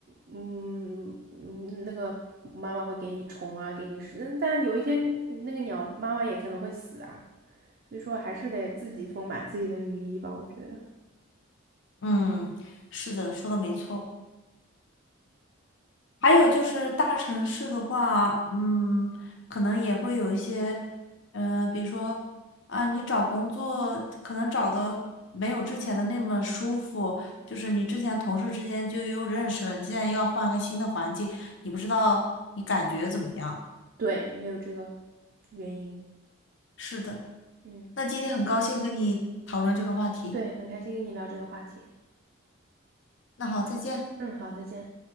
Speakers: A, on the right (about 45°); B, on the left (about 60°).
A: 嗯，嗯那个妈妈会给你虫啊，给你食，嗯但有一天那个鸟妈妈也可能会死啊。所以说，还是得自己丰满自己的羽翼吧，我觉得。
B: 嗯，是的，说的没错。还有就是大城市的话，嗯，可能也会有一些，呃，比如说啊，你找工作可能找的没有之前的那么舒服，就是你之前同事之间就又认识了，你现在又要换个新的环境，你不知道你感觉怎么样？
A: 对，也有这个原因。
B: 是的，
A: 嗯，
B: 那今天很高兴跟你讨论这个话题，
A: 对，很开心跟你聊这个话题。
B: 那好，再见。
A: 嗯，好，再见。